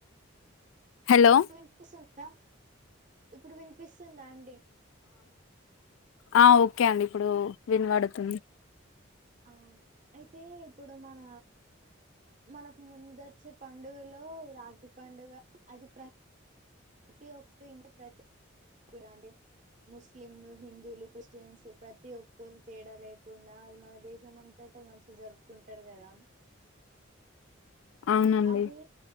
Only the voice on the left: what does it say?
హలో
ఆ ఓకే అండి ఇప్పుడు వినపడుతుంది
అవునండి